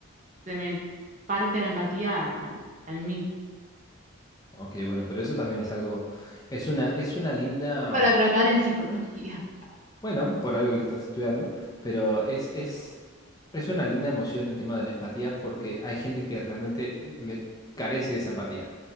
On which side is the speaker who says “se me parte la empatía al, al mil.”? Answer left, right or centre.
Right